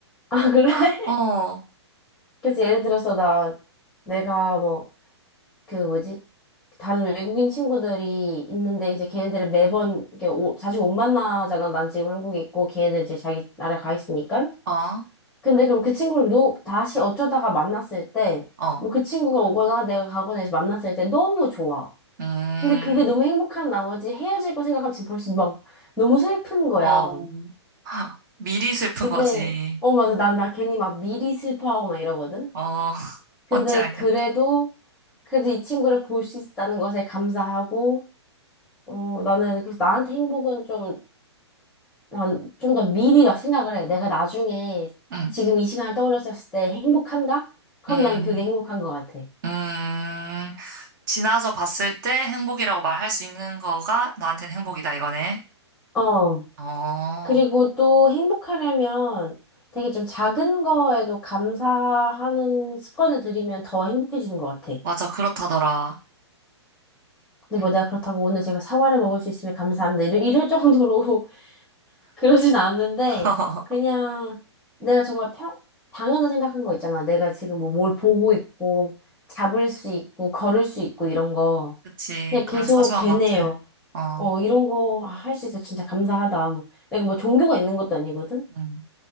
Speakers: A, in the centre; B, on the right.
A: 아, 그래?
B: <laughs>
A: <laughs> 그래서 예를 들어서 나 내가 뭐 그 뭐지? 다른 외국인 친구들이 있는데 이제 걔네들은 매번 이렇게 오- 자주 못 만나잖아. 난 지금 한국에 있고 걔네들 이제 자기 나라에 가 있으니까.
B: 어, 어,
A: 근데 그럼 그 친구를 너, 다시 어쩌다가 만났을 때,
B: 어,
A: 뭐 그 친구가 오거나 내가 가거나 해서 만났을 때 너무 좋아.
B: 음,
A: 근데 그게 너무 행복한 나머지 헤어질 거 생각하면 지금 벌써 막 너무 슬픈 거야.
B: 어, <laughs> 미리 슬픈
A: 근데,
B: 거지.
A: 어, 맞아. 난, 나 괜히 막 미리 슬퍼하고 막 이러거든?
B: 어, <laughs>
A: 근데
B: 뭔지 알겠다.
A: 그래도, 그래도 이 친구를 볼 수 있다는 것에 감사하고, 어, 나는 그래서 나한테 행복은 좀, 난 좀 더 미리 막 생각을 해. 내가 나중에
B: 응,
A: 지금 이 시간을 떠올렸을 때 행복한가? 그럼
B: 음.
A: 난 그게 행복한 것 같아.
B: 음, 지나서 봤을 때 행복이라고 말할 수 있는 거가 나한테는 음. 행복이다, 이거네.
A: 어,
B: 어,
A: 그리고 또 행복하려면 되게 좀 작은 거에도 감사하는 습관을 들이면 더 행복해지는 것 같아.
B: 맞아, 그렇다더라.
A: 근데
B: 음,
A: 뭐 내가 그렇다고 오늘 제가 사과를 먹을 수 있으면 감사합니다. 이럴, 이럴 정도로 <laughs> 그러진 않는데,
B: <laughs>
A: 그냥 내가 정말 평, 당연하다 생각한 거 있잖아. 내가 지금 뭐 뭘 보고 있고, 잡을 수 있고, 걸을 수 있고, 이런 거.
B: 그치.
A: 그냥
B: 그런
A: 계속
B: 사소한
A: 되네요.
B: 것들. 어,
A: 어, 이런 거 할 수 있어. 진짜 감사하다. 뭐. 내가 뭐 종교가 있는 것도 아니거든?
B: 음,